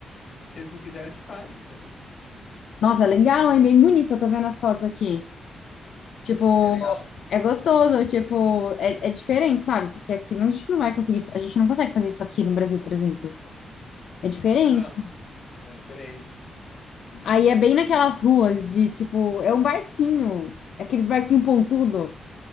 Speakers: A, on the left (about 40°); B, on the left (about 65°).
A: Se eles não quiserem, a gente faz, entendeu?
B: Nossa, legal, hein? Bem bonita, tô vendo as fotos aqui. Tipo,
A: É legal?
B: é gostoso, tipo, é, é diferente, sabe? Porque aqui não- a gente não vai conseguir, a gente não consegue fazer isso aqui no Brasil, por exemplo. É diferente.
A: Não, não é diferente.
B: Aí é bem naquelas ruas de, tipo, é um barquinho, é aqueles barquinho pontudo.